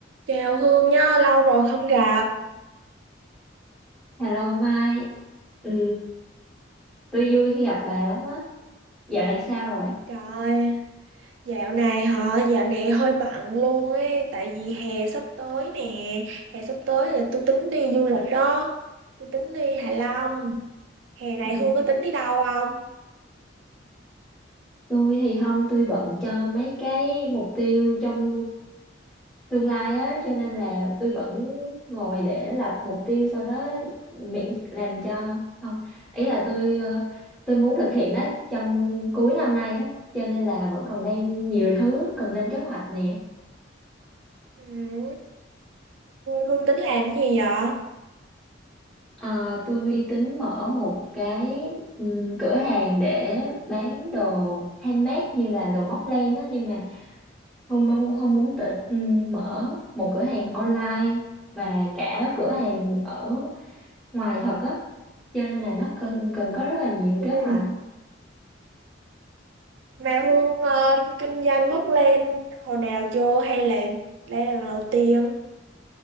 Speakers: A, on the right; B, in the centre.
A: Chào Hương nhá, lâu rồi không gặp.
B: Hello Mai, ừ, tôi vui khi gặp bà lắm á. Dạo này sao rồi?
A: Trời, dạo này hả, dạo này hơi bận luôn ấy, tại vì hè sắp tới nè, hè sắp tới là tôi tính đi du lịch đó, tôi tính đi Hạ Long. Hè này
B: Ừ.
A: Hương có tính đi đâu không?
B: Tôi thì không, tôi bận cho mấy cái mục tiêu trong tương lai á, cho nên là tôi vẫn ngồi để lập mục tiêu sau đó miễn làm cho không. Ý là tôi ờ, tôi muốn thực hiện nó trong cuối năm nay á, cho nên là vẫn còn đang nhiều thứ cần lên kế hoạch nè.
A: Ừ, Hương tính làm cái gì vậy?
B: Ờ, tôi tính mở một cái ừm, cửa hàng để bán đồ handmade như là đồ móc len đó nhưng mà không mong- không muốn tự ừm, mở một cửa hàng online và cả cửa hàng ở ngoài thật á cho nên là nó cần cần có rất là nhiều kế hoạch
A: Ừ, mà Hương ờ, kinh doanh mất lên hồi nào chưa hay là đây là lần đầu tiên?